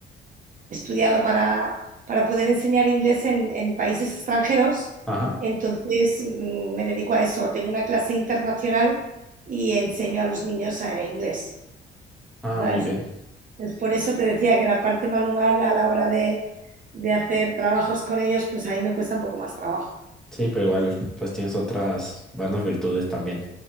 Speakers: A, on the right; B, in the centre.
A: he estudiado para, para poder enseñar inglés en, en países extranjeros.
B: Ajá.
A: Entonces mm, me dedico a eso. Tengo una clase internacional y enseño a los niños eh, inglés.
B: Ah,
A: ¿sabes?
B: muy bien.
A: Es por eso te decía que la parte manual a la hora de, de hacer trabajos con ellos, pues a mí me cuesta un poco más trabajo.
B: Sí, pero igual, pues tienes otras buenas virtudes también.